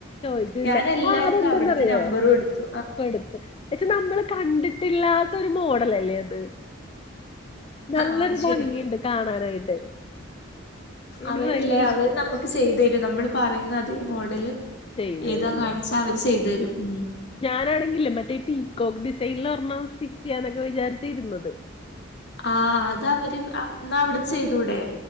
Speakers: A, on the left; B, on the left.
A: ചോദിച്ചില്ല
B: ഞൻ എല്ലാർക്കും
A: ആഹ് അതെന്തെന്നറിയോ
B: അവിടുത്തെ നമ്പറും കൊടുത്തു
A: കൊടുത്ത് പക്ഷെ നമ്മള് കണ്ടിട്ടില്ലാത്ത ഒരു മോഡലല്ലേ അത് നല്ലൊരു
B: ആഹ് അത്
A: ഭംഗിയുണ്ട്
B: ശരിയാ
A: കാണാനായിട്ട് എനിക്ക്
B: അവരില്ലേ
A: ഭയങ്കര ഇഷ്ടപ്പെട്ടു
B: അവര് നമുക്ക് ചെയ്തു തരും നമ്മള് പറയുന്ന അതേ മോഡല്
A: ചെയ്തരും
B: ഏതാ
A: അല്ലേ
B: കാണിച്ചാ അവര് ചെയ്തു തരും ഉം
A: ഞാനാണെങ്കില്ലേ മറ്റേ ഈ പീക്കോക്ക് ഡിസ് സെയില്ല് ഒരെണ്ണം സ്റ്റിച്ച് ചെയ്യാനൊക്കെ വിചാരിച്ച് ഇരുന്നത്
B: ആഹ് അതവര് ന്നാ അവിടന്ന് ചെയ്തൂടേ